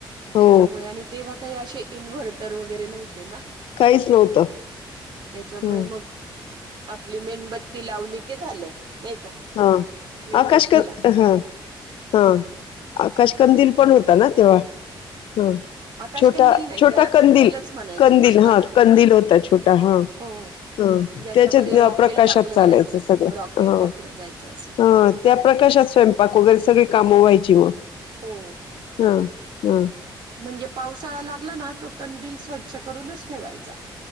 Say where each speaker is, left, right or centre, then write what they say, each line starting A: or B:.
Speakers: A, on the right (about 60°); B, on the left (about 80°).
A: त्याच्यामुळे
B: हो.
A: आणि तेंव्हा काही आशे इनव्हर्टर वगैरे नव्हते ना?
B: काहीच नव्हतं.
A: तेच्यामुळे
B: हं,
A: मग आपली मेणबत्ती लावली की झालं. नाही का
B: हा,
A: मेणबत्तीला
B: आकाश क हा, हा आकाशकंदील पण होता ना तेव्हा हा
A: आकाश
B: छोटा
A: कंदील नाही
B: छोटा
A: त्याला
B: कंदील
A: कंदीलच म्हणायचे
B: कंदील
A: नुसता
B: हा कंदील होता छोटा हा
A: हो
B: हा
A: ज्याच्यामध्ये
B: तेच्यांत्न
A: रॉकेल
B: प्रकाशात
A: टाकलं
B: चालायचं
A: जायचं
B: सगळं
A: रॉकेल
B: हा
A: टाकलं जायचं असं
B: हा त्या प्रकाशात स्वयंपाक वगैरे सगळे काम व्हायची म
A: हो
B: हा
A: हो
B: हा
A: म्हणजे पावसाळा लागला ना तो कंदील स्वच्छ करूनच ठेवायचा.